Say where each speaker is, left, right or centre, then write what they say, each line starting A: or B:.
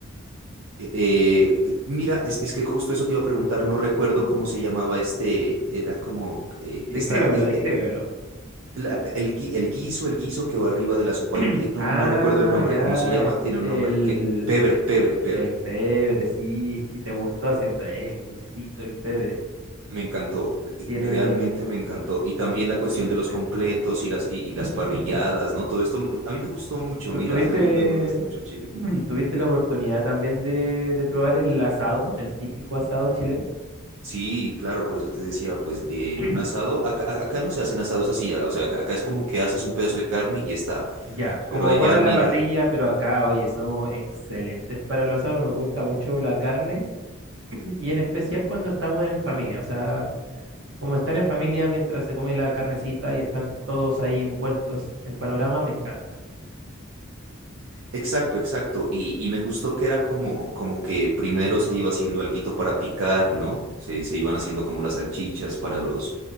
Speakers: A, on the right; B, on the right.
A: Eh, eh, mira, es, es que justo eso te iba a preguntar, no recuerdo
B: <clears throat>
A: cómo se llamaba este, era como, eh, esta,
B: Descríbemelo,
A: eh,
B: descríbemelo.
A: eh, la- el, gui- el guiso, el guiso que va arriba de la sopa,
B: <clears throat>
A: eh, no,
B: Ah,
A: no recuerdo el nombre,
B: ya,
A: ¿cómo se llama?
B: ya.
A: Tiene un
B: El,
A: nombre, que, pebre, pebre, pebre.
B: el pebre, sí, es que te gustó, ¿cierto? Es exquisito el pebre.
A: Me encantó, eh,
B: Tiene
A: realmente me encantó. Y también la cuestión
B: es excelente
A: de los completos
B: sabor.
A: y las, y,
B: <laughs>
A: y las parrilladas, ¿no? Todo esto, me- a mí me gustó mucho,
B: ¿Tú
A: mira,
B: tuviste,
A: <laughs> me, me gustó mucho Chile.
B: <clears throat> tuviste la oportunidad también de, de probar el asado, el típico asado chileno?
A: Sí, claro, por eso te decía, pues eh,
B: <clears throat>
A: un asado, acá, a- acá no se hacen asados así, ya, o sea, acá acá es como que asas un pedazo de carne y ya está.
B: Ya, como
A: Pero allá,
B: más
A: mira,
B: la parrilla, pero acá, oye, somos excelentes para los asados, nos gusta mucho la carne y en especial cuando estamos en familia, o sea, como estar en familia mientras se come la carnecita y están todos ahí envueltos en panorama, me encanta.
A: exacto, exacto. Y, y me gustó que era como, como que primero se iba haciendo alguito para picar, ¿no? Se, se iban haciendo como las salchichas para los,